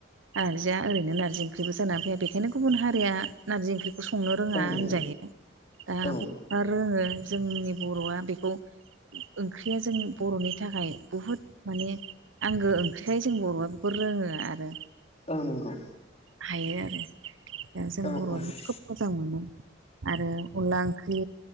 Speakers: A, on the right; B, on the left.
A: नारजिया ओरैनो नारजि ओंख्रिबो जाना फैया बेखायनो गुबन हारिया नारजि ओंख्रि खौ संनो रोङा
B: औ नंगौ
A: होनजायो दा
B: औ
A: बर'आ रोङो जोंनि बर'आ बेखौ ओंख्रिया जोंनि बर'नि थाखाय बुहुद माने आंगो ओंख्रिखाय जों बर'आ बेखौ रोङो आरो
B: औ नंगौ
A: हायो आरो दा जों
B: औ औ
A: बर'आ
B: औ
A: खोब मोजां मोनो आरो अनला ओंख्रि